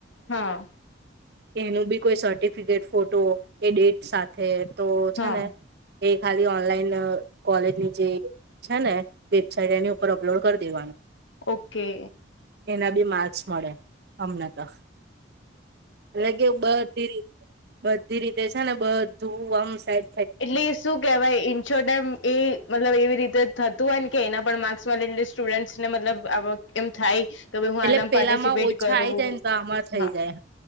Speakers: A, on the left; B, on the right.
A: હા
B: કે એનું ભી કોઈ સર્ટિફિકેટ ફોટો એ ડેટ સાથે તો છે,
A: હા
B: ને એ ખાલી ઓનલાઈન કોલેજની જે, છે, ને વેબસાઇટ એની ઉપર અપલોડ કર દેવાન
A: ઓકે.
B: એનાભી માર્ક્સ મળે. હમને તો એટલે કેવું બધી રીત. બધી રીતે છે, ને બધું આમ સાબ
A: એટલે શું કેવાય ઈ છોટા એ મતલબ એવી રીતે થતું હોય કે એના પણ માર્ક્સમાં લઈ સ્ટુડન્ટસ ને મતલબ આ એમ થાય તો ભી હું
B: એટલે
A: આનામ
B: પેલામાં
A: પાર્ટિસિપેટ
B: ઓછા
A: કરું
B: આઈ જાય ને તો આમાં થઈ
A: હા.
B: જાય